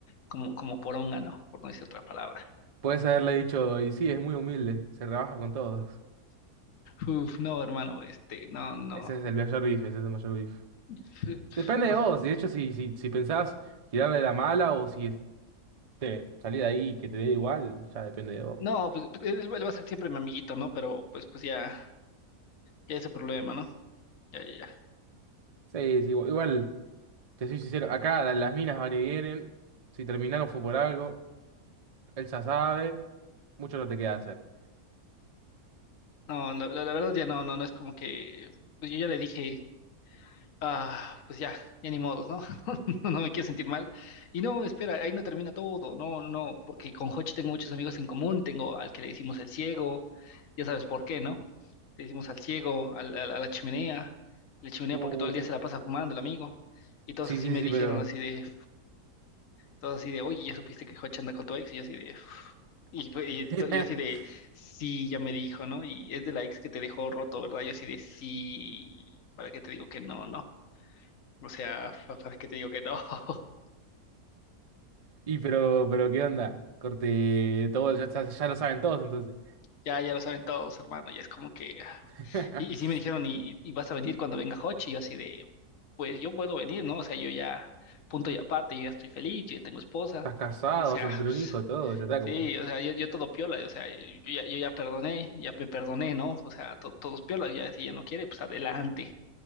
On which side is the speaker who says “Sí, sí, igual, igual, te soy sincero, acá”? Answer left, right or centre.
Right